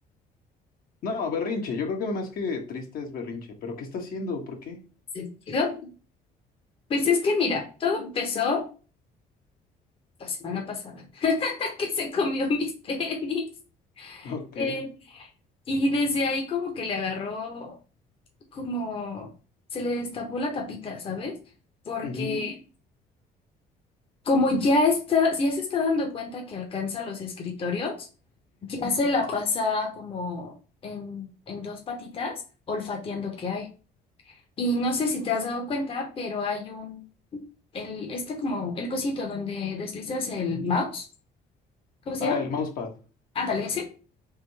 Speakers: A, on the left; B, on the left.
A: No, berrinche. Yo creo que más que triste es berrinche. ¿Pero qué está haciendo? ¿Por qué?
B: sentido? Pues es que mira, todo empezó la semana pasada, <laughs> que se comió mis tenis.
A: <laughs> Ok.
B: Eh, y desde ahí como que le agarró, como se le destapó la tapita, ¿sabes? Porque
A: Ujú.
B: Como ya está, ya se está dando cuenta que alcanza los escritorios, ya se la pasa como en, en dos patitas, olfateando qué hay. Y no sé si te has dado cuenta, pero hay un, el, este como, el cosito donde deslizas el mouse, ¿cómo se
A: Ah,
B: llama?
A: el mousepad.
B: Ándale, ese.